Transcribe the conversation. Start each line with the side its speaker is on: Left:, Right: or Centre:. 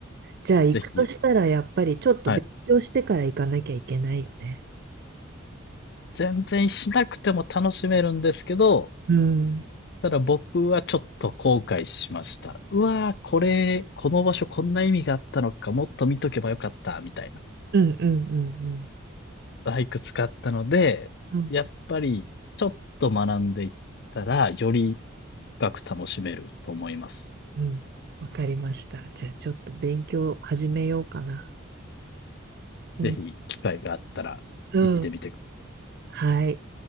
Right: じゃあ行くとしたらやっぱりちょっと勉強してから行かなきゃいけないよね。
Left: ぜひ、あのはい。全然しなくても楽しめるんですけど、
Right: うん。
Left: ただ僕はちょっと後悔しました。うわー、これ、この場所こんな意味があったのか、もっと見とけばよかった、みたいな。
Right: うんうんうんうん。
Left: バイク使ったので、
Right: うん
Left: やっぱりちょっと学んでいったら、より深く楽しめると思います。
Right: うん。わかりました。じゃあちょっと勉強始めようかな。うん。
Left: ぜひ機会があったら行ってみてください。
Right: うん。はい。